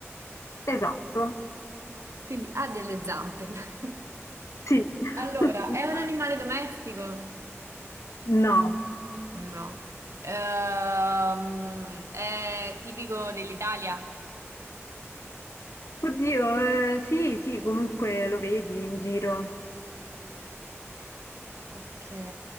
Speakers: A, on the left (about 80°); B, on the right (about 75°).
A: Esatto.
B: Quindi ha delle zampe. <laughs>
A: Sì. <laughs>
B: Allora, è un animale domestico?
A: No.
B: No. Ehm, è tipico dell'Italia?
A: Oddio, eh, sì, sì, comunque lo vedi in giro.
B: Ok,